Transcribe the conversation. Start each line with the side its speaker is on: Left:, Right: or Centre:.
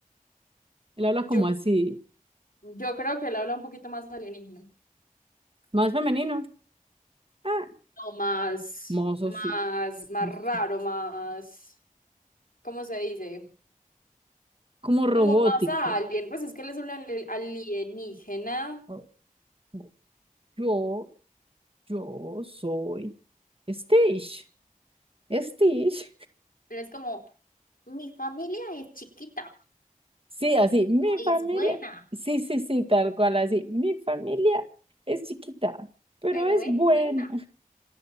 Right: Él habla como
Left: Yo,
Right: así,
Left: yo creo que él habla un poquito más alienígena.
Right: más femenino. Ah,
Left: No, más,
Right: mozo,
Left: más,
Right: sí,
Left: más
Right: mozo.
Left: raro,
Right: sí.
Left: más, ¿cómo se dice?
Right: Como
Left: Como
Right: robótico.
Left: más alien. Pues es que él es un ali- alienígena.
Right: O- o- Yo, yo soy Stitch. Stitch.
Left: Él es como, mi familia es chiquita.
Right: Sí, así, mi
Left: es
Right: familia.
Left: buena,
Right: Sí, sí, sí, tal cual, así. Mi familia es chiquita, pero
Left: pero
Right: es
Left: es
Right: buena.
Left: buena.